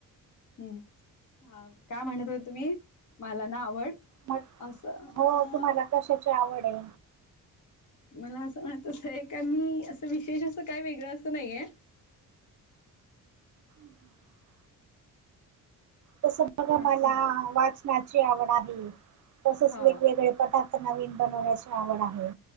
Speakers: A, on the left; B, on the right.
A: हम् काय म्हणत होते तुम्ही मला ना आवड-
B: मग
A: असं अ
B: हो तुम्हाला कशाची आवड हे
A: मला अस वाटतय का मी अस विशेष अस काय वेगळ अस नाहीये
B: <inaudible> तस बघा
A: पण
B: मला
A: असं
B: वाचनाची आवड आहे तसेच
A: हा
B: वेगवेगळे पदार्थ- नवीन बनवण्याची आवड आहे